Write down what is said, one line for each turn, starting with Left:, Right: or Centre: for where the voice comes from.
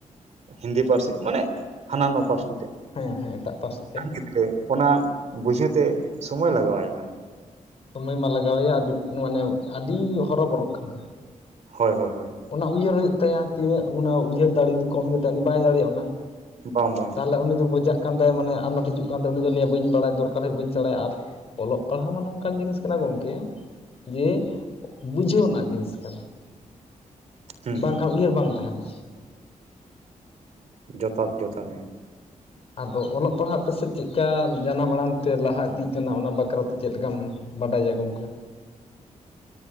Right: ᱦᱤᱱᱫᱤ ᱯᱟᱹᱨᱥᱤ ᱢᱟᱱᱮ ᱦᱟᱱᱟ ᱱᱚᱣᱟ ᱯᱟᱹᱨᱥᱤ ᱛᱮ
Left: ᱦᱮᱸ ᱦᱮᱸ ᱮᱴᱟᱜ ᱯᱟᱹᱨᱥᱤ ᱛᱮ
Right: ᱜᱤᱫᱽᱨᱟᱹ ᱚᱱᱟ ᱵᱩᱡᱷᱟᱹᱣᱛᱮ ᱥᱚᱢᱚᱭ ᱞᱟᱜᱟᱣᱟᱭ ᱠᱟᱱᱟ
Left: ᱥᱚᱢᱚᱭ ᱢᱟ ᱞᱟᱜᱟᱣᱮᱭᱟ ᱟᱨ ᱢᱟᱱᱮ ᱟᱹᱰᱤ ᱦᱚᱨᱚᱵᱚᱨᱚᱜ ᱠᱟᱱᱟᱭ
Right: ᱦᱳᱭ ᱦᱳᱭ ᱦᱳᱭ
Left: ᱚᱱᱟ ᱩᱭᱦᱟᱹᱨ ᱦᱩᱭᱩᱜ ᱛᱟᱭᱟ ᱛᱤᱱᱟᱹᱜ ᱚᱱᱟ ᱩᱭᱦᱟᱹᱨ ᱫᱟᱲᱮ ᱡᱩᱫᱤ ᱠᱚᱢ ᱜᱮ ᱛᱟᱭᱟᱭ ᱩᱱᱤ ᱵᱟᱭ ᱫᱟᱲᱮᱭᱟᱜᱼᱟ ᱚᱱᱟ
Right: ᱵᱟᱝ ᱵᱟᱝ
Left: ᱛᱟᱦᱚᱞᱮ ᱩᱱᱤ ᱫᱚ ᱵᱚᱡᱟᱜ ᱠᱟᱱ ᱛᱟᱭ ᱢᱟᱱᱮ ᱟᱱᱟᱴ ᱦᱤᱡᱩᱜ ᱠᱟᱱ ᱛᱟᱭ ᱩᱱᱤ ᱫᱚ ᱞᱟᱹᱭᱟ ᱵᱟᱹᱧ ᱵᱟᱲᱟᱭ ᱫᱚᱨᱠᱟᱨ ᱦᱩᱭᱩᱜ ᱵᱟᱹᱧ ᱥᱮᱲᱟᱭᱟ ᱟᱨ ᱚᱞᱚᱜ ᱯᱟᱲᱦᱟᱣ ᱢᱟ ᱱᱚᱝᱠᱟᱱ ᱡᱤᱱᱤᱥ ᱠᱟᱱᱟ ᱜᱚᱢᱠᱮ ᱡᱮ ᱵᱩᱡᱷᱟᱹᱣ ᱨᱮᱱᱟᱜ ᱡᱤᱱᱤᱥ ᱠᱟᱱᱟ
Right: ᱦᱩᱸ
Left: ᱵᱟᱝᱠᱷᱟᱱ
Right: ᱦᱩᱸ
Left: ᱩᱭᱦᱟᱹᱨ ᱵᱟᱝ ᱛᱟᱦᱮᱱᱟ
Right: ᱡᱚ ᱛᱷᱟᱛ ᱡᱚ ᱛᱷᱟᱛ ᱜᱮ
Left: ᱟᱫᱚ ᱚᱞᱚᱜ ᱯᱟᱲᱦᱟᱜ ᱛᱮ ᱥᱮᱫ ᱪᱮᱫ ᱠᱟ ᱡᱟᱱᱟᱢ ᱟᱲᱟᱝ ᱛᱮ ᱞᱟᱦᱟ ᱤᱫᱤᱜ ᱠᱟᱱᱟ ᱚᱱᱟ ᱵᱟᱠᱷᱨᱟᱛᱮ ᱪᱮᱫ ᱞᱮᱠᱟᱢ ᱵᱟᱰᱟᱭᱟ ᱜᱚᱢᱠᱮ